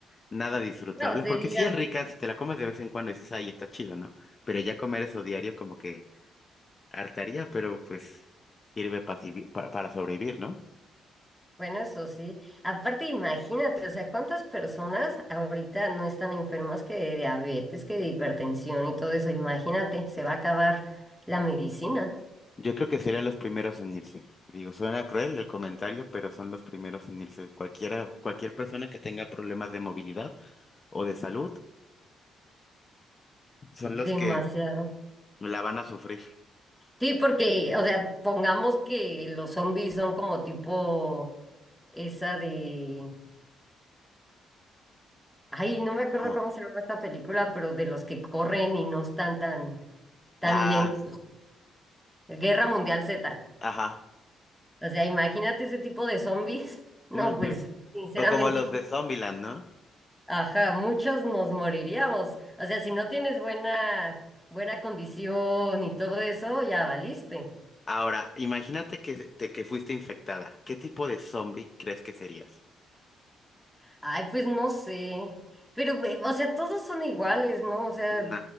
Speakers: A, on the left; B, in the centre.
A: nada disfrutable,
B: No, serían,
A: porque si es rica, si te la comes de vez en cuando dices, ay, está chido, ¿no? Pero ya comer eso diario como que hartaría, pero pues sirve pa- para sobrevivir, ¿no?
B: bueno, eso sí. Aparte, imagínate, o sea, ¿cuántas personas ahorita no están enfermas que de diabetes, que de hipertensión y todo eso? Imagínate, se va a acabar la medicina.
A: Yo creo que serían los primeros en irse. Digo, suena cruel el comentario, pero son los primeros en irse. Cualquiera, cualquier persona que tenga problemas de movilidad o de salud son los
B: Demasiado.
A: que la van a sufrir.
B: Sí, porque, o sea, pongamos que los zombies son como tipo esa de... Ay, no me acuerdo
A: Como,
B: cómo se llama esta película, pero de los que corren y no están tan, tan
A: ah,
B: lentos. Guerra Mundial Z.
A: ajá,
B: O sea, imagínate ese tipo de zombies. <laughs> No,
A: no,
B: pues,
A: pues.
B: sinceramente,
A: O como los de Zombieland, ¿no?
B: ajá, muchos nos moriríamos. O sea, si no tienes buena, buena condición y todo eso, ya valiste.
A: Ahora, imagínate que, te- que fuiste infectada. ¿Qué tipo de zombie crees que serías?
B: Ay, pues no sé. Pero, ve- o sea, todos son iguales, ¿no? O sea,
A: No,